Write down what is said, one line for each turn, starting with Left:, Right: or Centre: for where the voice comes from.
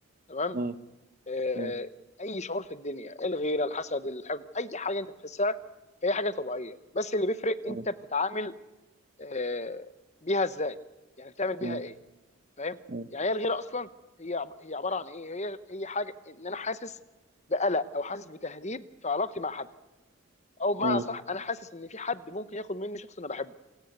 Left: تمام؟
Right: مم.
Left: آه
Right: مم.
Left: اي شعور في الدنيا الغيره الحسد الحب اي حاجه انت بتحسها هي حاجه طبيعيه بس اللي بيفرق انت
Right: مم.
Left: بتتعامل آه بيها ازاي؟ يعني بتعمل بيها
Right: مم.
Left: ايه؟ فاهم؟
Right: مم.
Left: يعني هي الغيره اصلا هي عب- هي عباره عن ايه؟ هي هي حاجه ان انا حاسس بقلق او حاسس بتهديد في علاقتي مع حد او بمعنى
Right: مم.
Left: صح انا حاسس ان في حد ممكن ياخد مني شخص انا بحبه